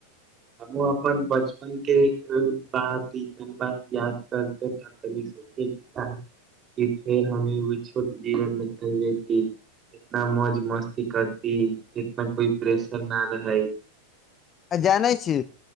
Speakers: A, on the right; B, on the left.
A: हमु अपन बचपन के उम्म बाहर बितल बा। याद करके ता तनिक सोची <unintelligible> कि फेर हमी उहे छोट जीवन में चल जेती, इतना मौज-मस्ती करती। पर कोई प्रेशर न रहै।
B: आ जानै छी